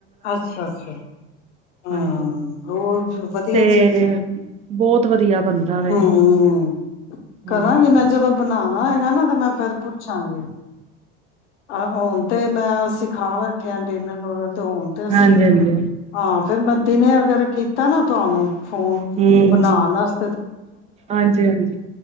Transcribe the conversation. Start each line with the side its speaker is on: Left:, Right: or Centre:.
Left: ਅੱਛਾ-ਅੱਛਾ ਹਾਂ
Right: ਹਾਂਜੀ
Left: ਹੋਰ ਵਧੀਆ
Right: ਤੇ
Left: ਚੀਜ਼ ਆ।
Right: ਬਹੁਤ ਵਧੀਆ, ਬਣਦਾ ਵੇ
Left: ਹੂੰ,
Right: ਹਾਂ
Left: ਕਰਾਂਗੇ ਮੈਂ ਜਦੋਂ ਬਣਾਣਾ ਹੈਗਾ ਨਾ ਤੇ ਮੈਂ ਫੇਰ ਪੁੱਛਾਂਗੇ। ਆਹ ਹੁਣ ਤੇ ਮੈਂ ਅਸੀ ਖਾ ਬੈਠੇ ਆ ਡਿਨਰ ਤੇ ਹੁਣ ਤੇ ਅਸੀਂ
Right: ਹਾਂਜੀ ਹਾਂਜੀ
Left: ਹਾਂ ਫੇਰ ਮੈਂ ਦਿਨੇ ਅਗਰ ਕੀਤਾ ਨਾ ਤੁਹਾਨੂੰ ਫੋਨ
Right: ਹਮ
Left: ਬਣਾਉਣ ਵਾਸ
Right: ਹਾਂਜੀ ਹਾਂਜੀ